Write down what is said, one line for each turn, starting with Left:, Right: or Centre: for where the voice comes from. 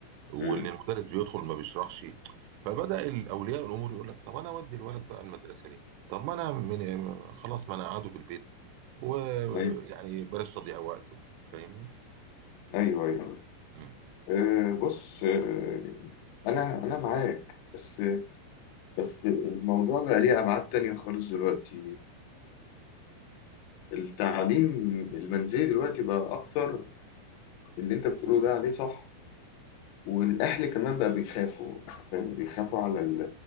Right: وان
Left: مم.
Right: المدرس بيدخل ما بيشرحش فبدا الاولياء الامور يقول لك طب انا اودي الولد بقى المدرسه ليه؟ طب ما انا من خلاص ما انا قاعده في البيت ويعني
Left: ايوه
Right: بلاش تضييع وقته فاهمني؟
Left: ايوه ايوه
Right: مم.
Left: أه بص أه انا انا معاك بس بس الموضوع بقى ليه ابعاد تانية خالص دلوقتي التعليم المنزلي دلوقتي بقى اكتر اللي انت بتقوله ده عليه صح والاهل كمان بقى بيخافوا فاهم بيخافوا على ال-